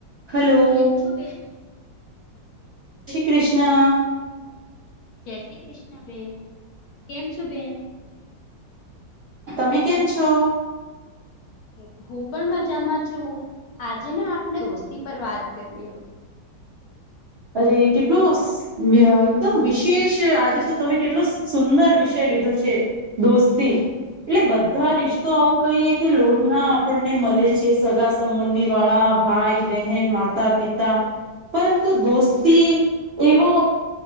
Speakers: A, on the right; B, on the left.
A: Hello.
B: કેમ છો બેન?
A: શ્રી કૃષ્ણ
B: જય શ્રી કૃષ્ણ બેન કેમ છો બેન?
A: તમે કેમ છો?
B: હ હું પણ મજામાં છું આજે ને આપણે દોસ્તી પર વાત કરીએ.
A: અરે કેટલો શ એકદમ વિશેષ આજે તો તમે કેટલો સુંદર વિષય લીધો છે. દોસ્તી. એટલે બધા રિશ્તો આવું કહીએ કે લોહીના આપણને મળે છે સગા સંબંધી વાળા ભાઈ બહેન માતા પિતા પરંતુ. તો દોસ્તી એવો